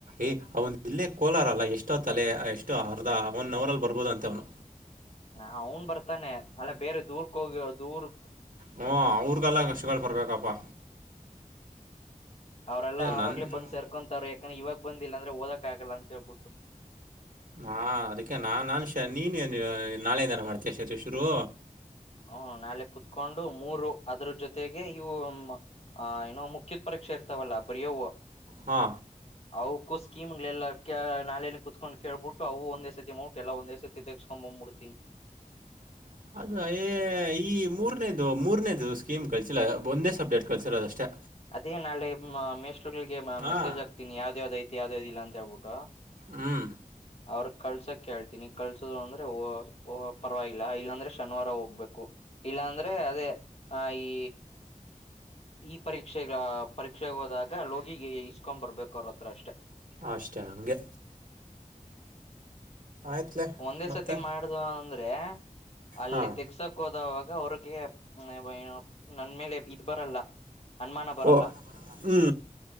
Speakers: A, on the right (about 70°); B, on the left (about 45°).
A: ಏ ಅವನ್ ಇಲ್ಲೇ ಕೋಲಾರಲ್ಲ ಎಷ್ಟೋ ತಲೆ ಎಷ್ಟೋ ಅರ್ಧ ಒನ್ ಅವರ್ ಅಲ್ ಬರ್ಬೋದ ಅಂತ ಅವನು
B: ಹ ಅವ್ನ್ ಬರ್ತಾನೆ ಅಲ್ಲ ಬೇರೆ ದೂರ್ಕ್ ಹೋಗಿ ದೂರ್
A: ಹಓ ಅವ್ರಗಲ್ಲ ಕಕ್ಷಗಳು ಬರ್ಬೇಕಪ್ಪಾ
B: ಅವರೆಲ್ಲಾ
A: ನನ್ನ
B: ಆವಾಗಲೇ ಬಂದ್ ಸೇರ್ಕೊಂತತಾರ ಯಾಕಂದ್ರೆ ಇವಾಗ ಬಂದಿಲ್ಲ ಅಂದ್ರೆ ಓದಕ್ ಆಗಲ್ಲ ಅಂತೇಳ್ಬಿಟ್ಟು
A: ಹಾ ಅದಕ್ಕೆ ನಾ ನಾನ್ ಶ ನೀನ್ ನಾಳೆ ದನ ಮಾಡ್ತಯ ಶ ಶುರು
B: ಹ ನಾಳೆ ಕುೂತ್ಕೊಂಡು ಮೂರು ಅದ್ರ ಜೊತೆಗೆ ಇವು ಅ ಏನೋ ಮುಖ್ಯತ್ ಪ್ರ ಇರ್ತವಲ್ಲ ಬರಿಯೋವು
A: ಹಾ
B: ಅವವುಕ್ಕೂ ಸ್ಕೀಮ ಗಳಲ್ಲಾ ನಾೆೇನೆ ಕುೂತ್ಕೊಂಡ್ ಕಳ್ಬಿಟ್ಟ ಅವು ಒಂದೇ ಸತಿ ಅಮೌಂಟ್ ಎಲ್ಲ ಒಂದೇ ಸತಿ ತೆಗೆಸ್ಕೊ್ಬ ಮೂಡ್ತೀನಿ
A: <inaudible> ಅದು ಯ ಈ ಮೂರನೇದು ಮೂರನೇದು ಸ್ಕೀಮ್ ಕಳಸಿಲ್ಲ ಒಂದೇ ಸಬ್ಜೆಕ್ಟ್ ಕಳ್ಸರೋದಷ್ಟೇ
B: ಅದೇ ನಾಳೆ ಮೇಸ್ರ್ಗಳಿಗೆ
A: ಹಾಂ
B: ಮೆಸೇಜ್ ಆಗ್ತೀನಿ ಯಾವ್ದ ಯಾವ್ದ ಐತಿ ಯಾವ್ದ್ಯ ಯಾವ್ದ ಇ ಅಂತ ಹೇಳ್ಬಿಟ್ಟು
A: ಹಾಂ
B: ಅವ್ರ ಕಳ್ಸಕ್ ಹೇಳ್ತೀನಿ ಕಳ್ಸೋದು ಅಂದ್ರೆ ಪರವಾಗಿಲ್ಲ ಇಲ್ಲಾಂದ್ರೆ ಶನಿವಾರ ಹೋಗ್ಬೇಕು ಇಲ್ಲಾ ಅಂದ್ರೆ ಅದೇ ಆ ಈ ಈ ಪರೀಕ್ಷೆ ಪರೀಕ್ಷೆಗೆ ಹೋದಾಗ ಲೋಗಿಿಗೆ ಇಸ್ಕೊಂಡ್ ಬರ್ಬೇಕು ಅವ್ರ ಹತ್ರ ಅಷ್ಟೇ
A: ಅಷ್ಟೇ ಹಂಗೆ ಆಯ್ತ್ಲೆ
B: ಒಂದೇ
A: ಮತ್ತೆ
B: ಸತಿ ಮಾಡ್ದ ಅಂದ್ರೆ ಅಲ್ಲಿ
A: ಹಾಂ
B: ತೆಗ್ಸಕ್ ಹೋದವಾಗ ಅವ್ರಗ್ ಹಾಗೆಏ ನನ್ ಮೇಲೆ ಇದ್ ಬರಲ್ಲ ಅನ್ಮಾನ ಬರಲ್ಲ
A: ಓ ಹ್ಞೂ